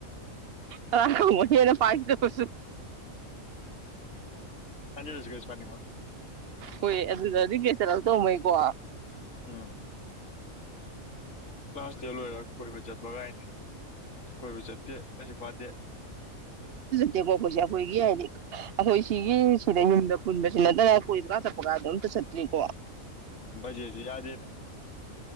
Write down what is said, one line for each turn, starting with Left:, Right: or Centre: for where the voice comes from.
Right: ꯑ ꯍꯦꯟꯅ ꯄꯥꯒꯤꯗꯕꯖꯨ
Left: ꯍꯟꯖꯤꯂꯁꯨ ꯀꯩꯁꯨ ꯄꯥꯅꯤꯡꯉꯣꯢ
Right: ꯍꯣꯏꯌꯦ ꯑꯗꯨ ꯔꯤꯒ꯭ꯔꯦꯗ ꯆꯠꯂꯛꯇꯧꯃꯩ ꯀꯣ
Left: ꯎꯝ ꯀ꯭ꯂꯥꯁ ꯇꯦꯟ ꯂꯣꯏꯔꯒ ꯀꯣꯏꯕ ꯆꯠꯄꯒꯥꯏ ꯀꯣꯏꯕꯨ ꯆꯠ ꯇꯦ ꯂꯥꯢꯔꯤꯛꯁꯨ ꯄꯥꯗꯦ
Right: ꯀꯣ ꯑꯩꯈꯣꯏꯁꯦ ꯑꯩꯈꯣꯏꯒꯤ ꯍꯥꯏꯗꯤ ꯑꯩꯈꯣꯏ ꯁꯤꯒꯤ ꯁꯤꯗ ꯍꯨꯝꯕ ꯄꯨꯟꯕꯁꯤ ꯅꯠꯇꯅ ꯀꯣꯏꯕꯀꯥ ꯆꯠꯄꯒꯥꯗꯝꯇ ꯆꯠꯇ꯭ꯔꯤꯀꯣ
Left: ꯖꯦꯁꯨ ꯌꯥꯗ ꯌꯦꯗ